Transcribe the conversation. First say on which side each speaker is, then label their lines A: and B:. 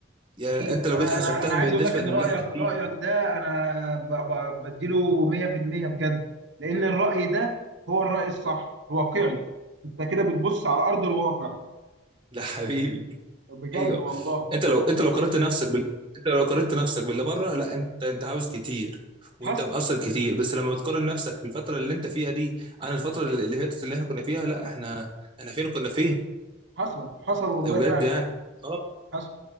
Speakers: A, on the right; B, on the right.
A: يعني
B: اكيد
A: انت لو
B: انا
A: جيت حسبتها
B: انا انا عايز
A: من- بالنسبه
B: اقول لك ان
A: للي
B: رايك
A: احنا
B: رايك
A: فيه
B: ده انا ب- ب- بديله 100% بجد لان الراي ده هو الراي الصح الواقعي انت كده بتبص على ارض الواقع
A: لا حبيبي
B: بجد
A: ايوه
B: والله
A: انت لو انت لو قارنت نفسك بال... انت لو قارنت نفسك باللي بره لا انت انت عاوز كتير وانت
B: حصل
A: مقصر كتير بس لما بتقارن نفسك بالفتره اللي انت فيها دي عن الفتره اللي فاتت اللي احنا كنا فيها لا احنا احنا فين كنا فين
B: حصل حصل والله
A: ده بجد
B: فعلا
A: يعني اه
B: حصل